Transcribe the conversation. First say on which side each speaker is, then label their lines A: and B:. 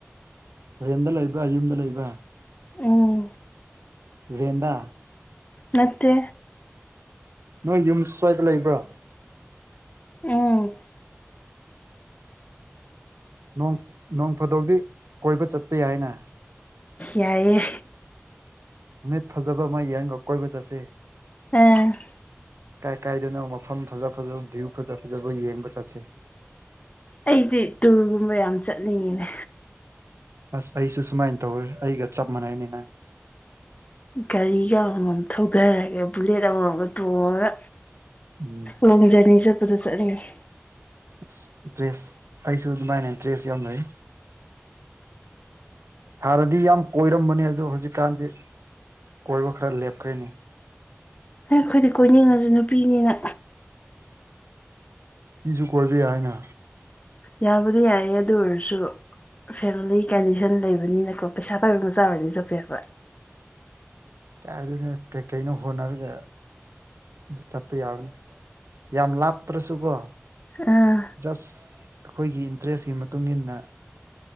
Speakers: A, on the right; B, on the left.
A: ꯔꯦꯟꯗ ꯂꯩꯕ꯭ꯔꯥ ꯌꯨꯝꯗ ꯂꯩꯕ꯭ꯔꯥ
B: ꯎꯝ
A: ꯔꯦꯟꯗ
B: ꯅꯠꯇꯦ
A: ꯅꯣꯏ ꯌꯨꯝ ꯁ꯭ꯋꯥꯏꯗ ꯂꯩꯕ꯭ꯔ
B: ꯎꯝ
A: ꯑꯣ ꯅꯣꯡ ꯐꯥꯗꫭꯛꯗꯤ ꯀꯣꯏꯕ ꯆꯠꯄ ꯌꯥꯏꯅ
B: ꯌꯥꯏꯌꯦ
A: ꯅꯨꯃꯤꯠ ꯐꯖꯕ ꯑꯃ ꯌꯦꯡꯒ ꯀꯣꯏꯕ ꯆꯠꯁꯦ
B: <unintelligible>
A: ꯀꯥꯏ ꯀꯥꯏꯗꯅꯣ ꯃꯐꯝ ꯐꯖ ꯐꯖꯕ ꯚ꯭ꯌꯨ ꯐꯖ ꯐꯖꯕ ꯌꯦꯡꯕ ꯆꯠꯁꯦ
B: ꯑꯩꯖꯦ ꯇꯨꯔꯒꯨꯝꯕ ꯌꯥꯝ ꯆꯠꯅꯤꯡꯉꯤꯅꯦ
A: ꯑꯁ ꯑꯩꯁꯨ ꯁꯨꯃꯥꯏꯅ ꯇꯧꯋꯦ ꯑꯩꯒ ꯆꯞ ꯃꯥꯟꯅꯩ ꯅꯦ ꯅꯪ
B: ꯒꯥꯔꯤꯒ ꯑꯃꯃꯝ ꯊꯧꯗꯔꯒ ꯕꯨꯂꯦꯠ ꯑꯃꯃꯝꯒ ꯇꯣꯡꯉꯒ
A: ꯎꯝ
B: ꯂꯣꯡ ꯖꯔꯅꯤ ꯆꯠꯄꯗꯣ ꯆꯠꯅꯤꯡꯉꯤ
A: ꯑꯁ ꯗ꯭ꯔꯦꯁ ꯑꯩꯁꯨ ꯑꯗꯨꯃꯥꯏꯅ ꯗ꯭ꯔꯦꯁ ꯌꯥꯝ ꯂꯩ ꯍꯥꯟꯅꯗꯤ ꯌꯥꯝ ꯀꯣꯏꯔꯝꯕꯅꯦ ꯑꯗꯣ ꯍꯧꯖꯤꯛꯀꯥꯟꯗꯤ ꯀꯣꯏꯕ ꯈꯔ ꯂꯦꯞꯈ꯭ꯔꯦꯅꯦ
B: ꯑꯩꯈꯣꯏꯗꯤ ꯀꯣꯏꯅꯤꯡꯉꯖꯨ ꯅꯨꯄꯤꯅꯤꯅ
A: ꯅꯨꯄꯤꯖꯨ ꯀꯣꯏꯕ ꯌꯥꯏꯅ
B: ꯌꯥꯕꯨꯗꯤ ꯌꯥꯏꯌꯦ ꯑꯗꯨ ꯑꯣꯏꯔꯁꯨ ꯐꯦꯃꯤꯂꯤ ꯀꯟꯗꯤꯁꯟ ꯂꯩꯕꯅꯤꯅꯀꯣ ꯄꯩꯁꯥ ꯄꯥꯏꯕ ꯃꯆꯥ ꯑꯣꯏꯗꯤ ꯆꯠꯄ ꯌꯥꯕ
A: ꯑꯗꯨꯅꯦ ꯀꯩꯀꯩꯅꯣ ꯍꯣꯠꯅꯔꯒ ꯆꯠꯄ ꯌꯥꯕꯅꯤ ꯌꯥꯝ ꯂꯥꯞꯇ꯭ꯔꯁꯨꯀꯣ
B: ꯑꯥ
A: ꯖꯁ ꯑꯩꯈꯣꯏꯒꯤ ꯏꯟꯇꯔꯦꯁꯀꯤ ꯃꯇꯨꯡ ꯏꯟꯅ